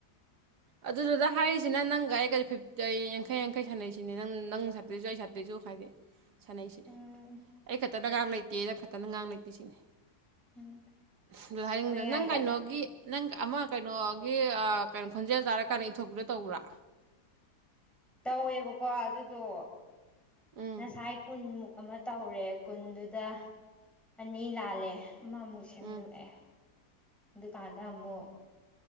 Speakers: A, on the right; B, in the centre.
A: ꯑꯗꯨꯗꯨꯗ ꯍꯥꯏꯔꯤꯁꯤꯅ ꯅꯪꯒ ꯑꯩꯒ ꯐꯤꯞꯇ ꯌꯥꯡꯈꯩ ꯌꯥꯡꯈꯩ ꯁꯥꯟꯅꯩꯁꯤꯅꯦ ꯅꯪ ꯅꯪ ꯁꯥꯏꯇꯩꯁꯨ ꯑꯩ ꯁꯥꯏꯇꯩꯁꯨ ꯍꯥꯏꯗꯤ ꯁꯥꯟꯅꯩꯁꯤꯗꯤ
B: ꯎꯝ
A: ꯑꯩꯈꯠ ꯈꯠꯇꯅ ꯉꯥꯡ ꯂꯩꯇꯦꯅ ꯈꯠꯇꯅ ꯉꯥꯡ ꯂꯩꯇꯦ ꯁꯤꯅꯦ
B: ꯎꯝ
A: <unintelligible>
B: ꯃꯌꯥꯏꯗ
A: ꯅꯪ ꯀꯩꯅꯣꯒꯤ ꯅꯪ ꯑꯃꯃ ꯀꯩꯅꯣ ꯒꯤ ꯀꯩꯅꯣ ꯈꯣꯟꯖꯦꯜ ꯇꯥꯔꯀꯥꯟꯗ ꯏꯊꯣꯛꯄꯥꯗꯨ ꯇꯧꯕ꯭ꯔꯥ
B: ꯇꯧꯋꯦꯕꯀꯣ ꯑꯗꯨꯗꯣ
A: ꯎꯝ
B: ꯉꯥꯁꯥꯏ ꯈꯨꯨꯟꯃꯨꯛ ꯑꯃ ꯇꯧꯔꯦ ꯀꯨꯟꯗꯨꯗ ꯑꯅꯤ ꯂꯥꯜꯂꯦ ꯑꯃꯃꯨꯛ ꯁꯦꯝꯗꯣꯛꯑꯦ
A: ꯎꯝ
B: ꯗꯨꯀꯥꯟꯗ ꯑꯃꯨꯛ